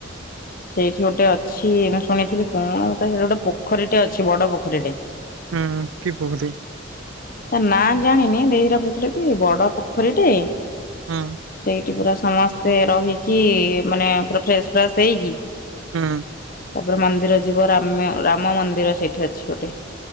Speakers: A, on the left; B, on the right.
A: ସେଇଠି ଗୋଟେ ଅଛି ଶୁଣିଥିଲି କଣ ଗୋଟ ସେଠି ଗୋଟେ ପୋଖରୀଟେ ଅଛି ବଡ ପୋଖରୀଟେ।
B: ହଁ। କି ପୋଖରୀ?
A: ତା ନାଁ ଜାଣିନି ଦେଇଘିରା ହୀରା କହୁଥିଲେ କି। ବଡ ପୋଖରୀ ଟେ।
B: ହଁ।
A: ସେଇଠି ପୁରା ସମସ୍ତେ ରହିକି। ମାନେ ପୁରା ଫ୍ରେଶେ ଫ୍ରାଶ ହେଇକି।
B: ହୁଁ।
A: ତାପରେ ମନ୍ଦିର ଯିବ ରାମେ ରାମ ମନ୍ଦିର ସେଇଠି ଅଛି ଗୋଟେ।